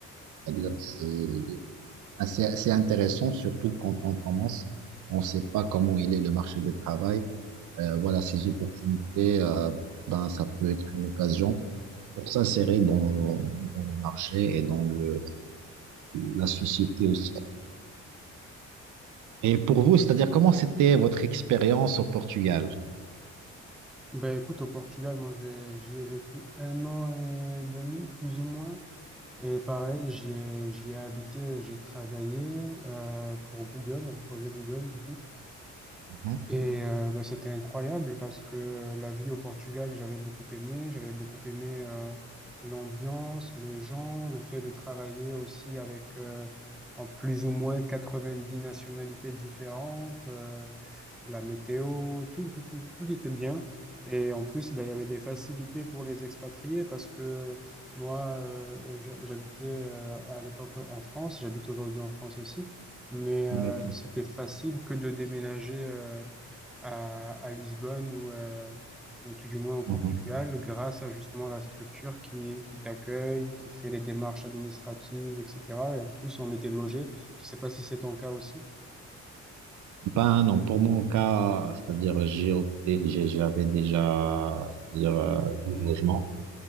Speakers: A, on the right; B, in the centre.
A: c'est-à-dire c'est assez, assez intéressant, surtout quand on commence, on ne sait pas comment il est le marché du travail. Euh, voilà, ces opportunités, euh, ben, ça peut être une occasion pour s'insérer dans, dans le marché et dans le, la société aussi. Et pour vous, c'est-à-dire comment c'était votre expérience au Portugal?
B: Ben écoute, au Portugal, moi j'ai- j'y ai vécu un an et demi, plus ou moins. Et pareil, j'y ai, j'y ai habité, et j'ai travaillé euh, pour Google, un projet Google du coup.
A: Mhm.
B: Et euh, ben, c'était incroyable parce que la vie au Portugal, j'avais beaucoup aimé. J'avais beaucoup aimé euh, l'ambiance, les gens, le fait de travailler aussi avec euh, en plus ou moins 90 nationalités différentes. euh, la météo, tout, tout, tout, tout était bien. Et en plus, ben, il y avait des facilités pour les expatriés parce que moi, euh, je- j'habitais euh, à l'époque en France, j'habite aujourd'hui en France aussi, mais euh,
A: D'accord.
B: c'était facile que de déménager euh, à, à Lisbonne ou, euh, ou tout du moins au Portugal
A: Mhm.
B: grâce à justement la structure qui, qui t'accueille, qui fait les démarches administratives, etc. Et en plus, on était logé. Je sais pas si c'est ton cas aussi.
A: Ben non, pour mon cas, c'est-à-dire j'ai opté, j'ai- j'avais déjà c'est-à-dire euh, du logement